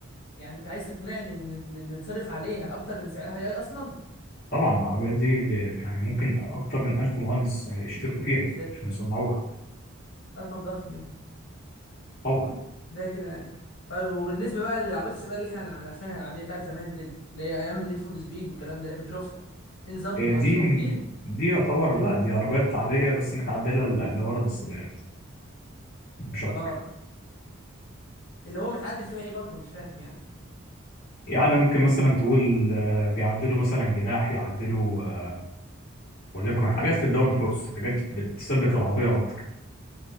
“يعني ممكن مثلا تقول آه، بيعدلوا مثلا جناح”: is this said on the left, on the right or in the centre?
Left